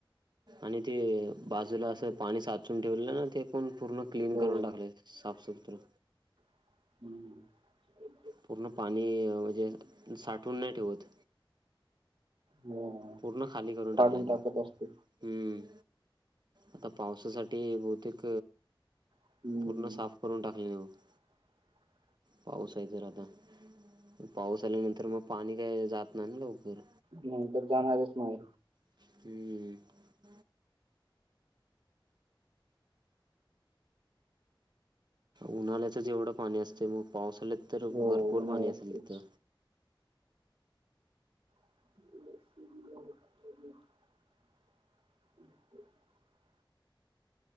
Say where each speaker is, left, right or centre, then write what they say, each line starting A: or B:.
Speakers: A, on the right (about 55°); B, on the right (about 80°).
A: आणि ते बाजूला असं पाणी साचून ठेवलेलं ना ते पण पूर्ण क्लीन
B: हो.
A: करून टाकलय साफसुथरं
B: <inaudible>
A: पूर्ण पाणी म्हणजे साठवून नाही ठेवत
B: हो
A: पूर्ण खाली करून टाकलाय
B: काढून
A: तो
B: टाकत असते
A: हुं आता पावसासाठी बहुतेक
B: हम्म
A: पूर्ण साफ करून टाकलय <unintelligible>
B: <inaudible>
A: पाऊस आहे तर आता पाऊस आल्यानंतर मग पाणी काही जात नाही ना लवकर
B: नाही तर जाणारच नाही
A: हुं उन्हाळ्याचंच एवढं पाणी असतें मग पावसाळ्यात तर
B: हो
A: भरपूर
B: उन्हाळ्याच
A: पाणी असेल तिथं
B: <inaudible> <inaudible>